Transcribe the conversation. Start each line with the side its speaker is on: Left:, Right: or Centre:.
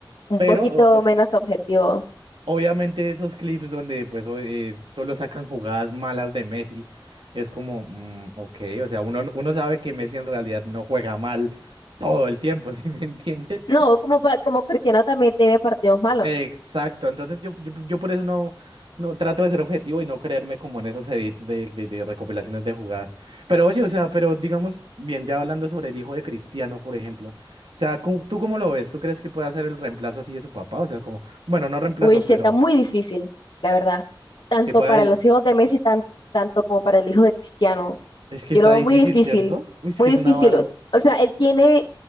Left: un
Right: Pero
Left: poquito
Right: o- o-
Left: menos objetivo.
Right: obviamente esos clips donde pues o- eh, solo sacan jugadas malas de Messi. Es como, mm, ok, o sea, uno, uno sabe que Messi en realidad no juega mal todo el tiempo, <laughs> ¿sí me entiendes?
Left: No, como, pa- como Cristiano también tiene partidos malos,
Right: Exacto,
Left: ¿no?
Right: entonces yo, yo, yo por eso no, no trato de ser objetivo y no creerme como en esos edits de, de, de recopilaciones de jugadas. Pero oye, o sea, pero digamos, bien, ya hablando sobre el hijo de Cristiano, por ejemplo, o sea, ¿cómo- ¿tú cómo lo ves? ¿Tú crees que pueda ser el reemplazo así de su papá? O sea, como, bueno, no reemplazo,
Left: Wilsh
Right: pero
Left: está muy difícil, la verdad. Tanto
Right: que pueda...
Left: para los hijos de Messi, tan- tanto como para el hijo de Cristiano.
Right: Es que
Left: Yo
Right: está
Left: lo veo
Right: difícil,
Left: muy difícil,
Right: ¿cierto? Uy, es
Left: muy
Right: que es
Left: difícil.
Right: una vara.
Left: O o sea, él tiene,